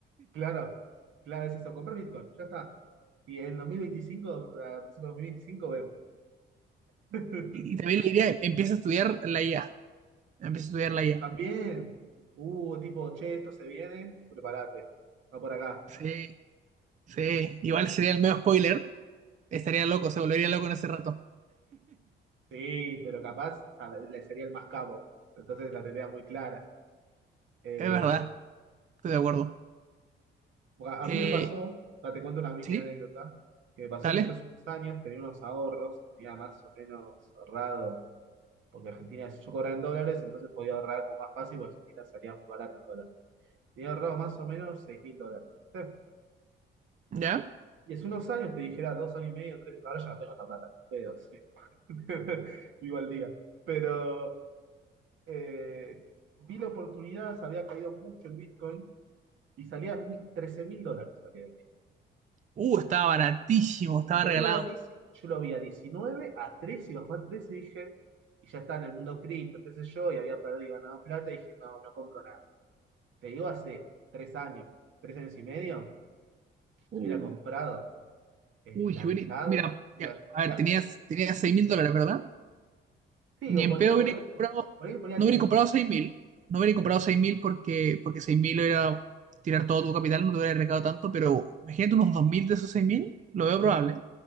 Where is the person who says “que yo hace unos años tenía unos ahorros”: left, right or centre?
Right